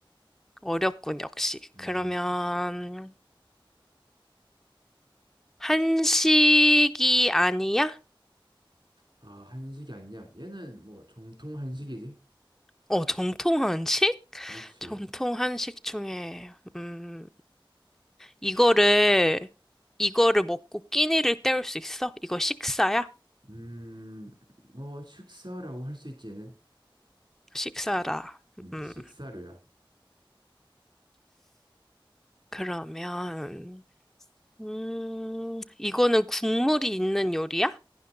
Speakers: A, in the centre; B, on the right.
A: 어렵군, 역시.
B: 음,
A: 그러면, 한식이 아니야?
B: 아, 한식이 아니냐? 얘는 뭐 정통 한식이지?
A: 어, 정통 한식?
B: 그렇지.
A: 정통 한식 중에, 음, 이거를, 이거를 먹고 끼니를 때울 수 있어? 이거 식사야?
B: 음, 뭐 식사라고 할 수 있지 얘는?
A: 식사라.
B: 음,
A: 음,
B: 식사류야.
A: 그러면, 음, 이거는 국물이 있는 요리야?